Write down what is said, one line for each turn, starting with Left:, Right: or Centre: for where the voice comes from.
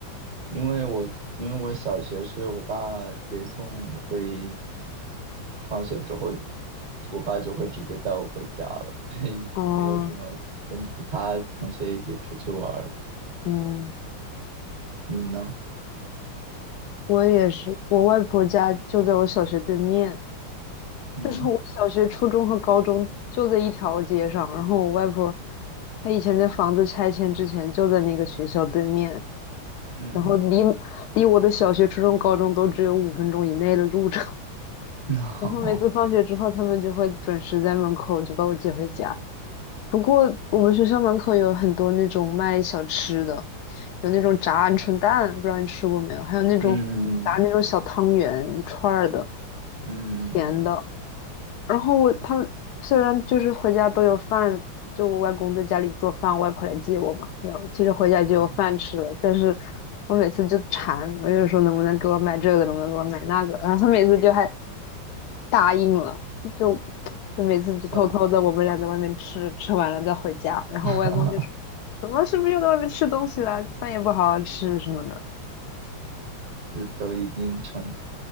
Right: 因为我因为我小学是我爸接送的所以放学之后我爸就会直接带我回家了，<laughs> 所以没有什么跟其他同学一起出去玩儿。
Left: 哦，嗯，
Right: 你呢？
Left: 我也是，我外婆家就在我小学对面，
Right: 嗯
Left: 就是我小学、初中和高中就在一条街上。然后我外婆，她以前在房子拆迁之前就在那个学校对面。
Right: 嗯，
Left: 然后离离我的小学、初中、高中都只有五分钟以内的路程。
Right: <laughs>
Left: <laughs> 然后每次放学之后，
Right: 好，
Left: 他们就会准时在门口就把我接回家。不过我们学校门口有很多那种卖小吃的，有那种炸鹌鹑蛋，不知道你吃过没有？还有那种炸那种小汤圆，
Right: 嗯
Left: 一串儿的，
Right: 嗯
Left: 甜的。然后我他们虽然就是回家都有饭，就我外公在家里做饭，我外婆来接我嘛，没有，其实回家就有饭吃了。
Right: 嗯，
Left: 但是我每次就馋，我就说能不能给我买这个，能不能给我买那个，然后他每次就还答应了，就就每次就偷偷的我们俩在外面吃，
Right: 夏
Left: 吃完了再回家，然后我外公就说，
Right: 哈哈，
Left: 怎么是不是又在外面吃东西了，饭也不好好吃什么的，
Right: <laughs> 这都已经成